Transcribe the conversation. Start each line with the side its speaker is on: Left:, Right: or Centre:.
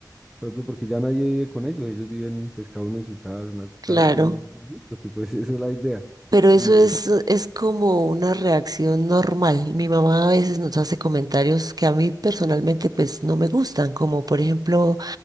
Centre: ejemplo, porque ya nadie vive con ellos, ellos viven, pues, cada uno en su casa, una-
Right: claro.
Centre: cada quien, pues, sí, porque pues <laughs> esa es la idea.
Right: Pero eso
Centre: Y
Right: es, es como una reacción normal. Mi mamá a veces nos hace comentarios que a mí personalmente pues no me gustan, como por ejemplo,